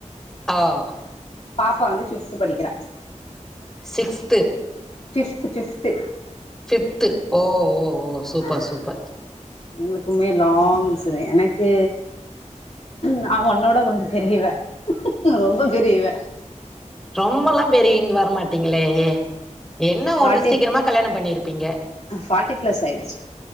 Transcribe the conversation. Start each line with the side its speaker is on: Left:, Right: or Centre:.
Centre: ஆவ்
Left: பாப்பா வந்து ஃபிஃப்து படிக்கிறா
Centre: சிக்ஸ்து
Left: ஃபிஃப்த்து ஃபிஃப்த்து
Centre: ஃபிஃப்து ஓஓ ஓ சூப்பர்
Left: ஆமா
Centre: சூப்பர்
Left: எங்களுக்குமே லாங் எனக்கு நா உன்னோட கொஞ்ச பெரியவ ரொம்ப பெரிய இவ
Centre: ரொம்பெல்லா பெரிய இங் வரமாட்டே ங்ளேயே என்ன
Left: ஃபார்ட்டி
Centre: ஒண்ணு சீக்கரமா கல்யாணோ பண்ணிருப்பீங்க
Left: ஃபார்ட்டி பிளஸ் ஆயிடுச்சு